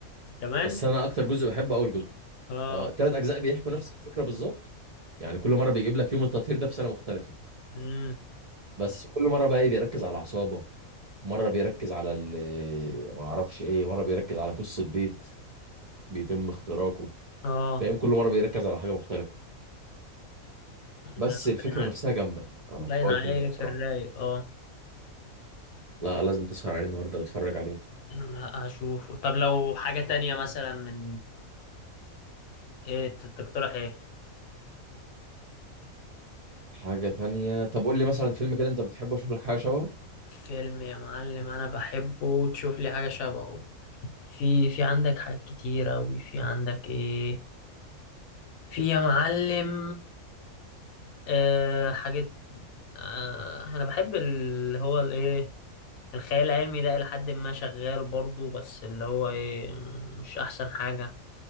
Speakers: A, on the left; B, on the right.
A: كمان
B: بس انا اكتر جزء بحبه اول جزء
A: اه
B: اه ثلاث اجزاء بيحكوا نفس الفكره بالظبط يعني كل مره بيجيب لك يوم التطهير ده في سنه مختلفه
A: امم
B: بس كل مره بقى ايه بيركز على العصابه مره بيركز على ال- ما اعرفش ايه مره بيركز على قصه بيت بيتم اختراقه
A: اه
B: فاهم كل مره بيركز على حاجه مختلفه
A: لا
B: بس الفكره
A: باين عليك
B: نفسها جامده انا
A: باين
B: بحب اقول
A: عليه
B: الفيلم ده بصراحه
A: في الرايق اه
B: لا لازم تسهر عليه النهارده وتتفرج عليه
A: لا هشوفه طب لو حاجة تانية مثلا من ايه ت- تقترح ايه
B: حاجه تانية طب قول لي مثلا فيلم كده انت بتحبه اشوف لك حاجه شبهه
A: فيلم يا معلم انا بحبه تشوف لي حاجه شبهه في في عندك حاجات كتير اوي في عندك ايه في يا معلم آه حاجات آه انا بحب اللي هو الايه الخيال العلمي ده الى حد ما شغال برضو بس اللي هو ايه مش احسن حاجه